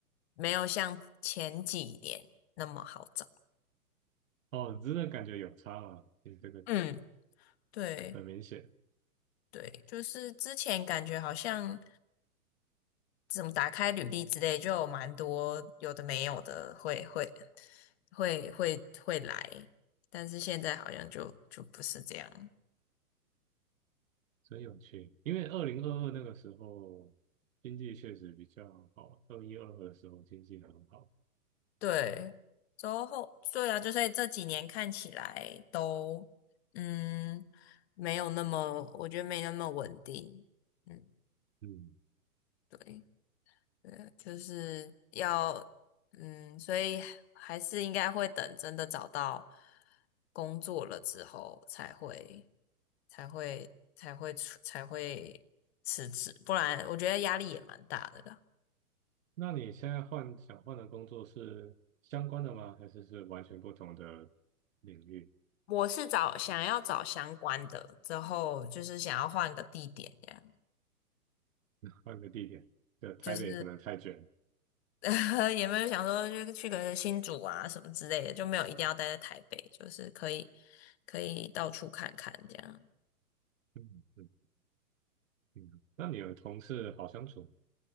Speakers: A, on the left; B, on the right.
A: 没有像前几年那么好找。
B: 哦，真的感觉有差吗？你这个
A: 嗯，对
B: 很明显。
A: 对，就是之前感觉好像怎么打开履历之类，就有蛮多有的没有的会会会会会来，但是现在好像就就不是这样。
B: 真有趣，因为二零二二那个时候经济确实比较好，二一二二的时候经济很好。
A: 对，之后对啊，就所以这几年看起来都嗯没有那么，我觉得没那么稳定。嗯，
B: 嗯，
A: 对。呃，就是要，嗯，所以还是应该会等真的找到工作了之后才会，才会，才会出，才会辞职，不然我觉得压力也蛮大的啦。
B: 那你现在换想换的工作是相关的吗？还是是完全不同的领域？
A: 我是找想要找相关的，之后就是想要换个地点，这样
B: 换个地点，对，台北可能太卷了
A: 就是 <laughs> 也没有想说就去个新竹啊什么之类的，就没有一定要待在台北，就是可以可以到处看看这样。
B: 嗯嗯嗯，那你的同事好相处，